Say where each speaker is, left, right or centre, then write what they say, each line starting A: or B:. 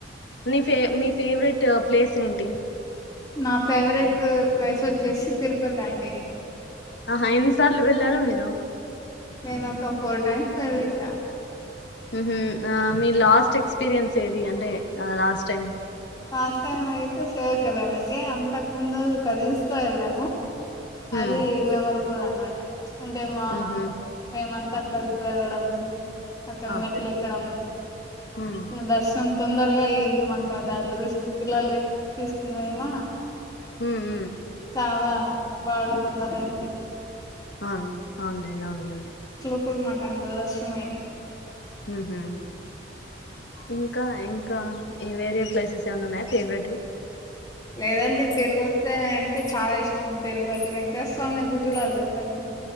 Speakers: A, on the left; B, on the left.
A: నీ ఫే నీ ఫేఫ్ రెటు ప్లేస్ ఏంటి
B: నా ఫేఫ్ రెటు వయిసు ఓచ్చేసి తిరుపతండి
A: ఆహా ఎన్ని సార్లు వెళ్ళారు మీరు
B: నేను ఒక ఫోరు టైమ్స్ వెళ్ళింట
A: ఉహుహ్ ఆ మీ లాస్ట్ ఎక్స్ పిరియన్స్ ఏది అంటే ఆ లాస్ట్ టైం
B: లాస్ తైమ్ అయితే సేవ్ కెలనండి అంతక్ ముందు కజిన్స్ ఏళ్ళను
A: ఉమ్
B: అది మెమరబుల్ అన్ మాట చ్ అంటే మా
A: ఉహు
B: మేమంతా కల్ స్ వెళ్ళడం అక్కడ
A: అవునులేండి
B: మెట్లేకడము
A: ఉమ్
B: దర్ సన్ తొందర్ తొరగా అయ్యింది మాక్ అ అద్ అదృష్టం పిల్లల్ని తీస్ కొన్ వోయవ
A: మ్ మ్
B: అవా బాగా తొందరగయింది
A: అండ్ ఔన్ లేండ్ ఔన్ లేండి
B: ఇపుడ్ మాక్ అంత్ దాష్ మో అయిన్
A: ఉహ్మ్ ఇంకా ఇంకా ఇ వేరే ప్లేసెస్ ఏవన్నవున్నాయ ఫేవరెట్ వీ
B: లేదండి తిరుపతే అంటే చాలా ఇష్టం ఉ తిరుపతి వెంక టెస్ స్వామిని ఎప్పుడ్ జుడాల్ జప్పండి